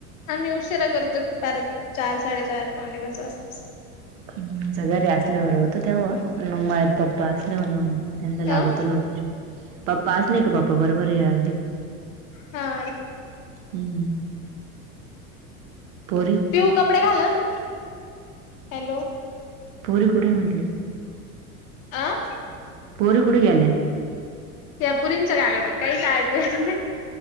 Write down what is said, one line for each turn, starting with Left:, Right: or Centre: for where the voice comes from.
Left: आम्ही उशिरा करतो परार चार साडेचार पावणे बस वात
Right: ह स घरी असल्यावर होतं तेव्हा मग माझ्यात पप्पा असले होून मग त्यांना लागवतो
Left: अ
Right: लवकर पप्पा असले का पप्पा बरोबर घ्या
Left: हा
Right: हम्म परी
Left: पिऊ कपडे घाला तू हॅलो
Right: पोरी कुठे म्हटले
Left: आ
Right: पुूर कुठ गेले
Left: त्या पुरींच्या का काडतात काही का ऐकूया